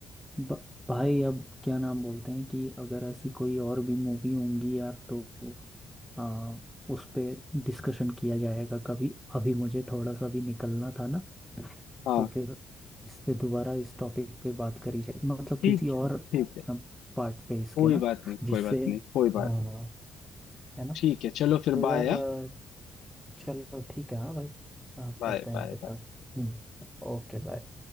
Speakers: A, in the centre; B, on the left.
A: ब- भाई अब क्या नाम बोलते हैं कि अगर ऐसी कोई और भी मूवी होंगी यार तो आ, उस पे डिस्कशन किया जाएगा कभी अभी मुझे थोड़ा सा भी निकलना था ना
B: हाँ
A: तो फिर इस पे दोबारा इस टॉपिक पे बात करी जाए मतलब
B: ठीक
A: किसी और
B: है ठीक है
A: पार्ट पे इसके
B: कोई
A: ना
B: बात नहीं
A: जिससे
B: कोई बात नहीं कोई
A: हाँ
B: बात नहीं
A: है ना
B: ठीक है चलो फिर
A: तो यार
B: बाय
A: आ, चलो ठीक है हाँ भाई आ,
B: Bye
A: करते हैं
B: bye
A: फिर
B: bye.
A: बात हम्म, ओके बाय